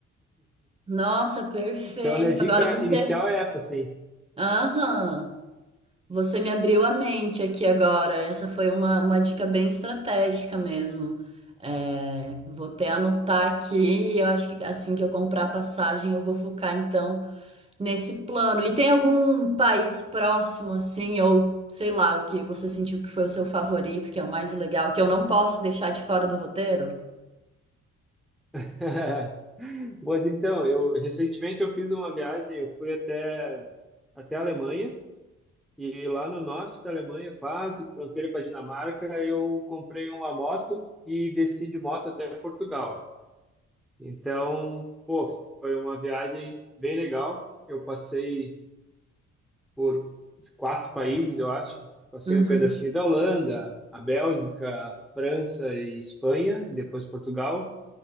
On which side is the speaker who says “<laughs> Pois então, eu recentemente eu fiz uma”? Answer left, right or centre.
Centre